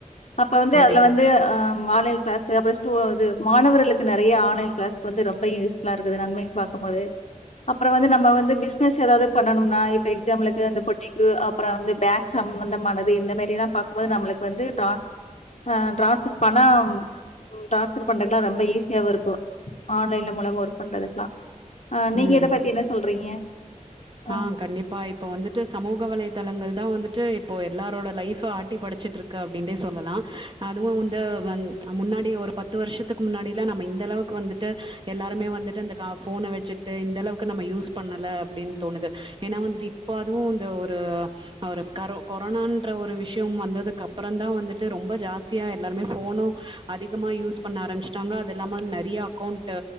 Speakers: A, on the left (about 60°); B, on the right (about 40°).
A: அப்ப வந்து
B: கண்டிப்பா
A: அதுல வந்து அ ஆன்லைன் கிளாஸ் அப்ரோ ஸ்டூ இது மாணவர்களுக்கு நெறைய ஆன்லைன் கிளாஸ் வந்து ரொம்ப யூஸ் ஃபுல்லாருக்குது நன்மைகள் பாக்கும் போது அப்றம் வந்து நம்ம வந் து பிசினஸ் ஏதாவது பண்ணனும்னா இப்ப எக்ஸாம்பிளுக்கு அந்த பொட்டிக்கு அப்றம் வந்து பேங்க் சம்பந்தமானது இந்த மெரிலா ப போது நம்மளுக்கு வந்து டிரான்ஸ் டிரான்ஸ்ர் பண்ண ம் டிரான்ஸ்சர் பண்றதுக்லா ரொம்ப ஈஸியாவு இருக்கு ஆன்லைன்ல மூலமா ஒர்க் பண்றதுக்லா ஆ நீங்க
B: ம்
A: இத பத்தி என்ன சொல்றீங்க அ
B: ஆ கண்டிப்பா இப்ப வந்துட்டு சமூக வலைதளங்கள் தா வந்துட்டு இப்போ எல்லாரோட லைஃப்ப ஆட்டி படச்சிட்டுருக்கு அப்டின்டே சொல்லலா அதுவு வந்து முன்னாடி ஒரு பத்து வருஷத்துக்கு முன்னாடியிலா நம்ம இந்த அளவுக்கு வந்துட்டு எல்லாருமே வந்துட்டு அந்த கா ஃபோன வச்சுட்டு இந்தளவுக்கு நம்ம யூஸ் பண்ணல அப்டின் தோணுது ஏனா வந்துட்டு இப்ப அதுவு இந்த ஒரு ஒரு கரோ கொரோனான்ற ஒரு விஷ்யம் வந்ததுக்கு அப்பற தா வந்துட்டு ரொம்ப ஜாஸ்தியா எல்லாருமே ஃபோனு அதிகமாக யூஸ் பண்ண ஆரம்பச்சட்டாங்க அது இல்லாம நெறைய அக்கௌண்ட்டு